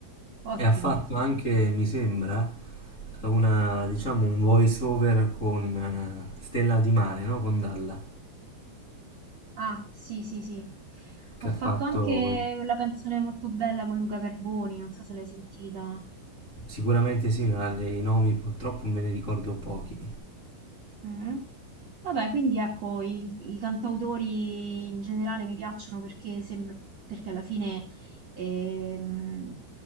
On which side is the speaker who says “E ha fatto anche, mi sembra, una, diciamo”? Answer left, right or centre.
Left